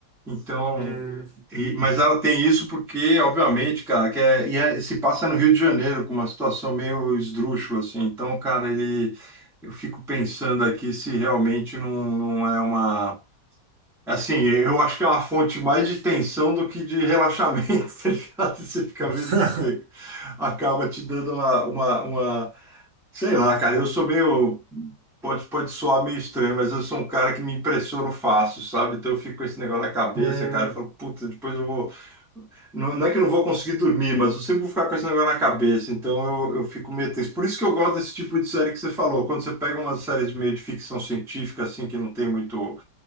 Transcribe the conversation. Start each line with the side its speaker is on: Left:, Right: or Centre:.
Centre: Então,
Right: Hum.
Centre: e- mas ela tem isso porque, obviamente, cara, que é, e é- se passa no Rio de Janeiro com uma situação meio esdrúxula assim. Então, cara, ele eu fico pensando aqui se realmente não, não é uma Assim, eu acho que é uma fonte mais de tensão do que de relaxamento, <laughs> tá ligado? Você fica
Right: <laughs>
Centre: vendo isso daí, acaba te dando uma, uma, uma- Sei lá, cara, eu sou meio... Pode, pode soar meio estranho, mas eu sou um cara que me impressiono fácil, sabe? Então eu fico com esse negócio na cabeça,
Right: Hum,
Centre: cara, eu falo, puta, depois eu vou... Não, não é que eu não vou conseguir dormir, mas eu sempre vou ficar com esse negócio na cabeça, então eu, eu fico meio tenso. Por isso que eu gosto desse tipo de série que você falou, quando você pega umas séries meio de ficção científica, assim, que não tem muito